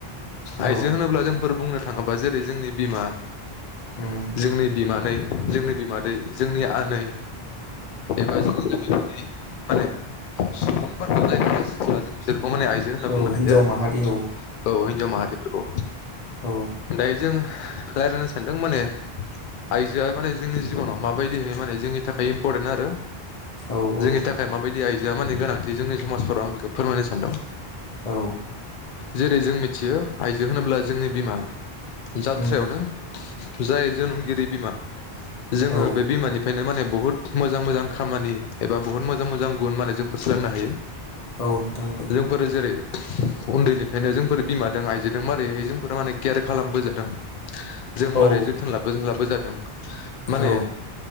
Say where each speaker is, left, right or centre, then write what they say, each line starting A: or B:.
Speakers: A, on the left; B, on the left.
A: आइजो
B: औ
A: होनोब्ला जोंफोर बुंनो थाङोबा जेरै जोंनि बिमा
B: उम
A: जोंनि बिमानै जोंनि बिमादै जोंनि आनै एबा जों बुहुमनि माने सुबुंफोरखौ जायफोरा सिख्लाजों बिसोर अ माने आइजो होनना बुंनो
B: औ
A: हायो
B: हिन्जाव
A: आरो।
B: माहारि औ
A: औ हिनजाव माहारिफोरखौ।
B: औ
A: दायो जों रायज्लायनो सानदों माने आइजोआ माने जोंनि जिबनाव माबायदिह माने जोंनि थाखाय इम्परटेन्ट आरो।
B: औ
A: जोंनि
B: औ
A: थाखाय माबायदि आइजोआ माने गोनांथि जोंनि समाजफोराव आं बेखौ फोरमायनो सानदों
B: औ
A: जेरै जों मिथियो आइजो होनोब्ला जोंनि बिमा जात्रायावनो
B: उम
A: जाय जोनोमगिरि बिमा जोङो
B: औ
A: बे बिमानिफ्रायनो माने बुहुत मोजां मोजां खामानि एबा बुहुत मोजां मोजां गुबुन मालायजों फोस्रांनो हायो।
B: औ नोंथां औ
A: जोंफोरो जेरै उन्दैनिफ्रायनो जोंफोर बिमादों आइजोदों मारैहाय जोंफोर माने केयार खालामबोजादों। जों मारै
B: औ
A: जोथोन लाबो जों लाबो जादों माने
B: औ